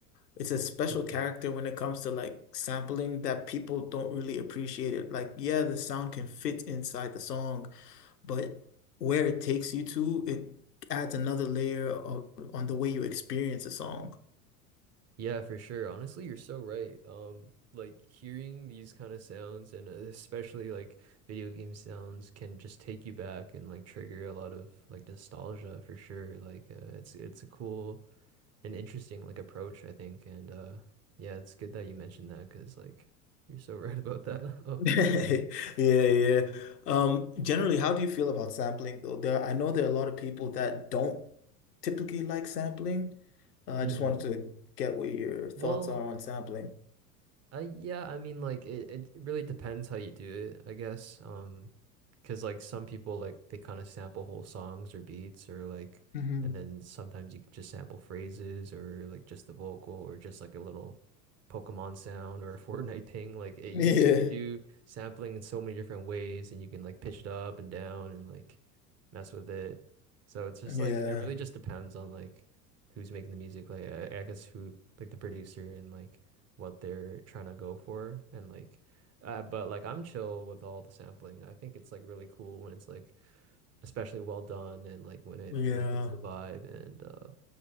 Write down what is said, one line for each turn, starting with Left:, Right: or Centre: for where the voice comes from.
Left: it's a special
Right: Mm.
Left: character when it comes to like sampling that people don't really appreciate it. Like, yeah, the sound can fit inside the song, but where it takes you to, it adds another layer of on the way you experience a song.
Right: Yeah, for sure. Honestly, you're so right. Um, like hearing these kind of sounds and uh, especially like video game sounds can just take you back and like trigger a lot of like nostalgia for sure. Like uh, it's it's a cool and interesting like approach, I think. And uh yeah, it's good that you mentioned that because like you're so <laughs> right about that.
Left: <laughs> Yeah,
Right: <laughs>
Left: yeah.
Right: Oh, uh,
Left: Um, generally, how do you feel about sampling though? There, I know there are a lot of people that don't typically like sampling. Uh, I
Right: hmm.
Left: just wanted to get what your thoughts
Right: Well,
Left: are on sampling.
Right: Uh, yeah, I mean, like it, it really depends how you do it, I guess. Um, 'cause like some people like they kind of sample whole songs or beats or like,
Left: Mhm.
Right: and then sometimes
Left: <laughs>
Right: you can just sample phrases or like just the vocal or just like a little Pokemon sound or <laughs> a Fortnite thing. Like it, you
Left: Yeah,
Right: can do sampling in so many different ways, and you can like pitch it up and down and like mess with it. So it's just
Left: yeah,
Right: like it really just depends on like who's making the music. Like I, I guess who like the producer and like what they're trying to go for and like. Uh, but like I'm chill with all the sampling. I think it's like really cool when it's like especially well done and like when it
Left: yeah,
Right: kind of fits the vibe and uh